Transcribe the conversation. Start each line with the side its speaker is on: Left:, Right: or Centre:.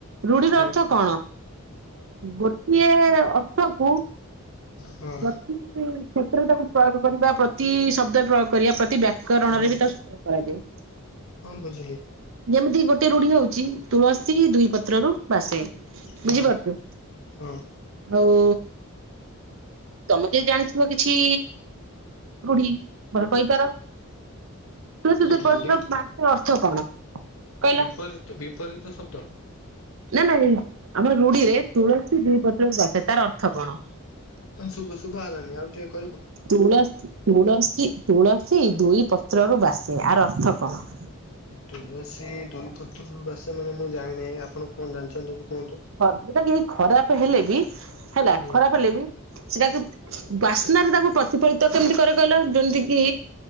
Right: ରୁଢିର
Left: ହଁ
Right: ଅର୍ଥ କଣ ଗୋଟିଏ ଅର୍ଥକୁ
Left: ହଁ
Right: ପ୍ରତି କ୍ଷେତ୍ରରେ ତାକୁ ପ୍ରୟୋଗ କରିବା ପ୍ରତି ଶବ୍ଦରେ ପ୍ରୟୋଗ କରିବା ପ୍ରତି ବ୳ କରଣରେ
Left: ହଁ
Right: ବି ତାକୁ ସୂତ୍ର କରାଯାଏ।
Left: ହଁ ବୁଝିଲି।
Right: ଯେମିତି ଗୋଟିଏ ରୁଢି ହଉଛି ତୁଳସୀ ଦୁଇ ପତ୍ର ରୁ ବାସେ ବୁଝିପାରୁଛୁ
Left: ହଁ ହଁ
Right: ଆଉ ତମେ ଯଦି ଜାଣିଥିବ କିଛି ରୁଢୀ ମତେ କହିପାର। ତୁଳସି ଦୁଇ
Left: ରୂଢ଼ି
Right: ପତ୍ର ରୁ ବାସେ ର ଅର୍ଥ କଣ? କହିଲ?
Left: ବିପରୀତ ବିପରୀତ ଶବ୍ଦ।
Right: ନା ନାଇଁ ଆମ ରୁଢିରେ ତୁଳସୀ ଦିଇ ପତ୍ରକୁ ବାସେ ତାର ଅର୍ଥ କଣ?
Left: ଶୁଭ ଶୁଭା ଗଲାନି ଆଉ ଥରେ କ
Right: ତୁଳଶୀ ତୁଳସୀ ତୁଳସୀ ଦୁଇ ପତ୍ରରୁ ବାସେ ଆର ଅର୍ଥ କଣ?
Left: ତୁଳସୀ ଦୁଇପୁତ୍ର ବାସେ ମାନେ ମୁଁ ଜାଣିନାହିଁ ଆପଣ କଣ ଜାଣିଛନ୍ତି ତ କୁହନ୍ତୁ।
Right: ଯେଉଟା କି ଖରାପ ହେଲେ ବି ହେଲା
Left: ହୁଁ
Right: ଖରାପ ହେଲେ ବି ସେଟା ଯୋଉ ବାସେ। ରେ ତାକୁ ପ୍ରତିଫଳିତ କେମିତି କରେ କହିଲ ଯେମିତି କି